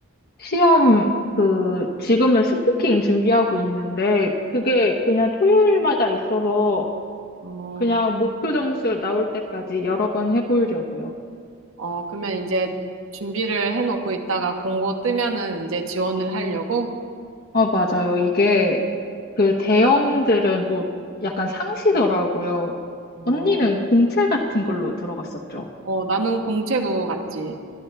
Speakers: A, on the left (about 45°); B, on the right (about 70°).
A: 시험 그 지금은 스피킹 준비하고 있는데 그게 그냥 토요일마다 있어서
B: 어.
A: 그냥 목표 점수 나올 때까지 여러 번 해보려고요.
B: 어, 그러면 이제 준비를 해놓고 있다가 공고 뜨면은 이제 지원을 하려고?
A: 아, 맞아요. 이게 그 대형들은 또 약간 상시더라고요.
B: 어,
A: 언니는 공채 같은 걸로 들어갔었죠.
B: 어, 나는 공채도 갔지.